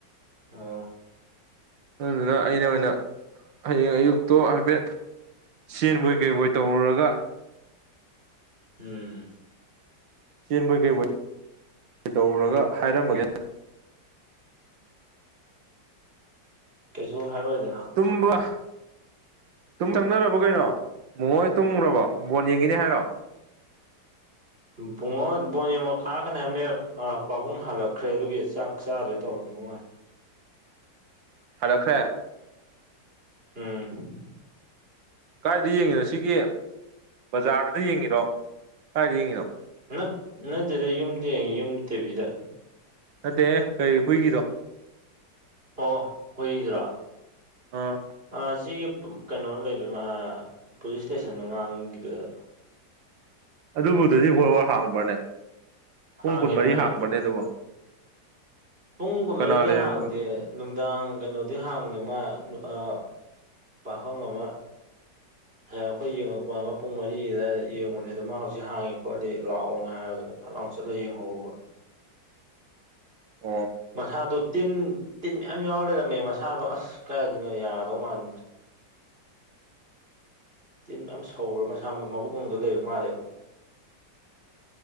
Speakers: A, on the right; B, on the right.
A: ꯑꯣ
B: ꯑꯗꯨꯗꯨꯅ ꯑꯩꯅ ꯑꯣꯏꯅ ꯍꯌꯦꯡ ꯑꯌꯨꯛꯇꯣ ꯍꯥꯏꯐꯦꯠ ꯆꯦꯟꯕꯣꯏ ꯀꯩꯕꯣꯏ ꯇꯧꯔꯨꯔꯒ
A: ꯎꯝ
B: ꯆꯦꯟꯕꯣꯏ ꯀꯩꯕꫭꯏ ꯇꯧꯔꯨꯔꯒ ꯍꯥꯏꯔꯝꯃꯒꯦ
A: ꯀꯩꯁꯨ ꯍꯥꯏꯔꯛꯑꫭꯏꯗ
B: ꯇꯨꯝꯕ ꯇꯨꯝ ꯆꯪꯅꯔꯕꯣ ꯀꯩꯅꯣ ꯃꯨꯍꯣꯏ ꯇꯨꯝꯒ꯭ꯔꯕꯣ ꯕꯣꯟ ꯌꯦꯡꯉꯤꯅꯤ ꯍꯥꯏꯔꯣ
A: ꯕꯨꯡꯉꯣ ꯕꯣꯟ ꯌꯦꯡꯕ ꯈꯥꯔꯛꯀꯅꯤ ꯍꯥꯏꯕꯅꯦ ꯑ ꯄꯥꯕꯨꯡ ꯍꯜꯂꯛꯈ꯭ꯔꯦ ꯑꯗꯨꯒꯤ ꯆꯥꯛ ꯆꯥꯗꯣꯏ ꯇꯧꯔꯝꯗꯧ ꯃꯥꯜꯂ‌ꯦ
B: ꯍꯜꯂꯛꯈ꯭ꯔ‌ꯦ
A: ꯎꯝ
B: ꯀꯥꯏꯗ ꯌꯦꯡꯉꯤꯅꯣ ꯁꯤꯒꯤ ꯕꯖꯥꯔꯗꯨꯗ ꯌꯦꯡꯉꯤꯔꯣ ꯀꯥꯏꯗ ꯌꯦꯡꯉꯤꯅꯣ
A: ꯅꯠ ꯅꯠꯇꯦꯗ ꯌꯨꯝꯗ ꯌꯦꯡꯉꯤ ꯌꯨꯝ ꯇꯤꯕꯤꯗ
B: ꯅꯠꯇꯦꯍꯦ ꯀꯔꯤ ꯍꯨꯏꯒꯤꯗꯣ
A: ꯑꯣ ꯍꯨꯏꯒꯤꯗꯨꯔꯣ
B: ꯑꯥ
A: ꯑ ꯁꯤꯒꯤ ꯀꯩꯅꯣ ꯂꯩꯕ ꯃꯥ ꯄꯨꯂꯤꯁ ꯏꯁꯇꯦꯁꯟ ꯃꯃꯥꯡꯒꯤꯗꯨꯗ
B: ꯑꯗꯨꯕꯨ ꯇ꯭ꯋꯦꯟꯇꯤ ꯐꯣꯔ ꯑꯋꯥꯔ ꯍꯥꯡꯕ꯭ꯔꯅꯦ ꯄꯨꯡ
A: ꯍꯥꯡꯉꯦ
B: ꯀꯨꯟꯃꯔꯤ
A: ꯃꯣꯏ
B: ꯍꯥꯡꯕ꯭ꯔꯅꯦ ꯑꯗꯨꯕꯣ
A: ꯄꯨꯡ ꯀꯨꯟꯃꯔꯤꯗꯤ
B: ꯀꯅꯥ ꯂꯩꯔꯝꯃꯤꯅꯣ
A: ꯍꯥꯡꯗꯦ ꯅꯨꯡꯗꯥꯡ ꯀꯩꯅꯣꯗꯤ ꯍꯥꯡꯉꯦ ꯃꯥ ꯑꯥ ꯄꯥꯈꯪ ꯑꯃ꯫ ꯉꯁꯥꯏ ꯑꯈꯣꯏ ꯌꯦꯡꯉꯛꯄ ꯑꯃ ꯄꯨꯡ ꯃꯔꯤ ꯑꯗꯨꯋꯥꯏꯗ ꯌꯦꯡꯉꯨꯅꯦꯗ ꯃꯥ ꯍꯧꯖꯤꯛ ꯍꯥꯡꯉꯤ ꯈꯣꯠꯂꯤ ꯂꯥꯛꯑꯣꯅ ꯍꯥꯏꯕꯗꯨꯗ꯫ ꯐꯠ ꯂꯥꯎ ꯆꯠꯂꯒ ꯌꯦꯡꯍꯧꯕ꯫
B: ꯫
A: ꯃꯁꯥꯗꫭ ꯇꯤꯟ ꯇꯤꯟ ꯃꯌꯥꯝ ꯌꯥꯎꯔ ꯂꯩꯔꯝꯃꯦ ꯃꯁꯥꯗꯣ ꯑꯁ ꯀꯥꯏꯗꯩꯅꯣ ꯌꯥ꯫ ꯇꯧꯃꯥꯟ ꯇꯤꯟ ꯃꯌꯥꯝ ꯁꯧꯔ ꯃꯁꯥ ꯃꯕꯨꯛ ꯃꯅꯨꯡꯗ ꯂꯩꯕ ꯃꯥꯜꯂꯦꯕ꯫